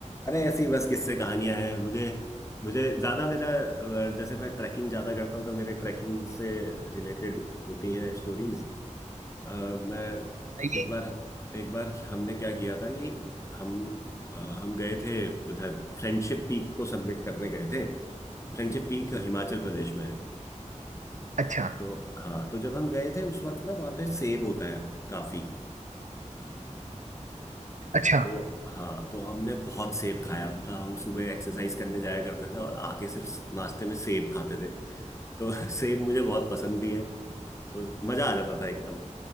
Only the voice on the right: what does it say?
बताइए
अच्छा
अच्छा